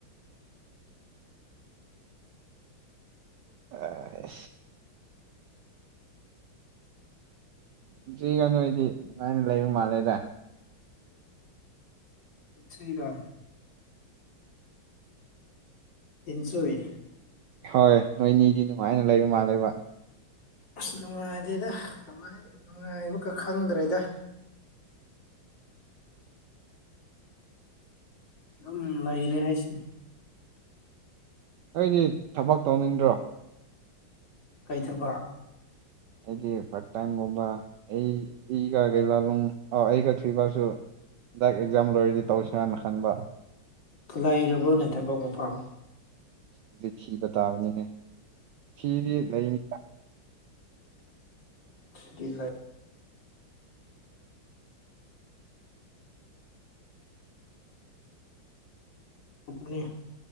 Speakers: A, on the right; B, on the left.
A: ꯑ ꯆꯁꯤꯔꯤꯒꯅꯨꯗꯤ ꯑꯗꯨꯃꯥꯏꯅ ꯂꯩꯕ ꯃꯥꯜꯂꯦꯗ
B: ꯊꯔ ꯏꯁꯨꯋ
A: ꯍꯣꯏ ꯅꯣꯏ ꯅꯤꯗꯤ ꯅꯨꯡꯉꯥꯏꯅ ꯂꯩꯕꯨ ꯃꯥꯜꯂꯕ
B: ꯑꯥꯁ ꯅꯨꯡꯉꯥꯏꯗꯦꯗ ꯀꯃꯥꯏ ꯅꯨꯡꯉꯥꯏꯕꯒ ꯈꯪꯗ꯭ꯔꯦꯗ ꯑꯗꯨꯝ ꯂꯩꯔꯦ ꯍꯥꯏꯁꯤꯅꯦ
A: ꯑꯩꯗꯤ ꯊꯕꯛ ꯇꯧꯅꯤꯡꯗ꯭ꯔꯣ
B: ꯀꯩꯊꯕ
A: ꯑꯩꯒꯤ ꯐꯥꯔꯠ ꯇꯥꯏꯝꯒꯨꯝꯕ ꯑꯩꯒ ꯀꯩ ꯂꯥꯂꯨꯡ ꯑ ꯑꯩꯒ ꯊꯣꯏꯕꯁꯨ ꯍꯟꯗꯛ ꯑꯦꯛꯖꯥꯝ ꯂꯣꯏꯔꯗꯤ ꯇꯧꯁꯦ ꯍꯥꯏꯅ ꯈꯟꯕ
B: ꯂꯥꯏꯔꯕ ꯂꯩꯊꯕ ꯃꯐꯝ
A: ꯑꯗꯨꯗꯤ ꯊꯤꯕ ꯇꯥꯕꯅꯤꯅꯦ ꯐꯤꯗꯤ ꯂꯩꯅꯤ
B: ꯁꯤꯔꯤ ꯂꯩ ꯅꯦ